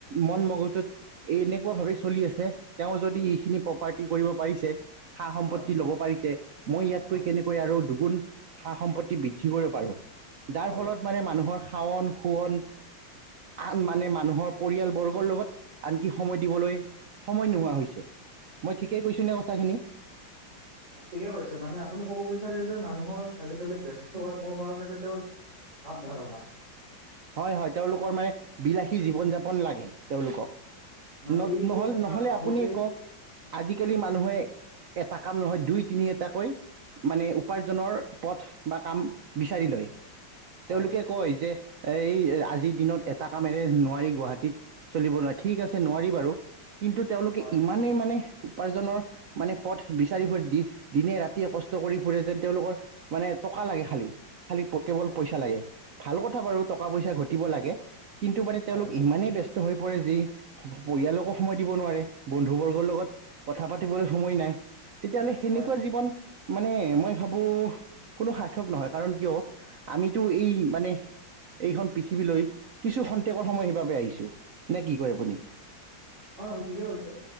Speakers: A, on the right (about 70°); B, on the right (about 35°).
A: মন মগজুত এই এনেকুৱা ভাৱেই চলি <unintelligible> চলি আছে। তেওঁ যদি এইখিনি প্ৰপাৰ্টি কৰিব পাৰিছে সা সম্পত্তি
B: হয়
A: লব পাৰিছে, মই ইয়াতকৈ
B: হয়
A: কেনেকৈ আৰু দুগুণ <unintelligible> সা সম্পত্তি বৃদ্ধি কৰিব পাৰো। যাৰ
B: হয়
A: ফলত মানে মানুহৰ <unintelligible> শাওন শুৱন আন মানে মানুহৰ পৰিয়ালবৰ্গৰ লগত আনকি সময় দিবলৈ সময় নোহোৱা হৈছে, মই ঠিকেই কৈছোঁনে কথাখিনি?
B: ঠিকে কৈছে। মানে আপুনি কব বিচাৰে যে মানুহৰ আজিকালি ব্যস্ত হোৱাৰ মূল কাৰণ যে তেওঁৰ <unintelligible> ভাৱ ধাৰণা। <unintelligible>
A: হয় হয় তেওঁলোকৰ মানে বিলাসী জীৱন যাপন লাগে তেওঁলোকক। <unintelligible>
B: মানে
A: ন
B: এইবোৰ
A: নহ
B: কথা
A: নহলে
B: ভাবোতেই
A: আপুনি কওক আজিকালি মানুহে <unintelligible> এটা কাম নহয় দুই তিনি এটাকৈ মানে উপাৰ্জনৰ পথ বা কাম বিচাৰি লয়
B: হয়
A: তেওঁলোকে কয় যে। এ এই আজিৰ দিনত এটা কামেৰে নোৱাৰি গুৱাহাটীত চলিব নোৱি ঠিক আছে নোৱাৰি বাৰু। <unintelligible> কিন্তু তেওঁলোকে
B: হয়
A: ইমানেই মানে। উপাৰ্জনৰ মানে পথ বিচাৰি ফুৰে দি দিনে ৰাতিয়ে কষ্ট কৰি ফুৰে যেন তেওঁলোকৰ মানে <unintelligible> টকা লাগে খালি খালি কেৱল পইচা লাগে ভাল কথা বাৰু। টকা পইছা ঘতিব লাগে কিন্তু মানে তেওঁলোকৰ
B: হয়
A: ইমানেই বেছি। <unintelligible> হৈ পৰে যি পৰিয়ালকো সময় দিব নোৱাৰে বন্ধুবৰ্গৰ লগত। কথা পাতিবলৈ সময় নাই তেতিয়াহ'লে সেনেকুৱা
B: হয় হয়
A: জীৱন। মানে মই ভাবো কোনো সাৰ্থক নহয় কাৰণ কিয় আমিতো এই মানে। <unintelligible> এইখন পৃথিৱীলৈ কিছু সন্তেকৰ সময় সেইবাবে আহিছো নে কি কয় আপুনি। <unintelligible>
B: অ হয় ঠিকেই কৈছে।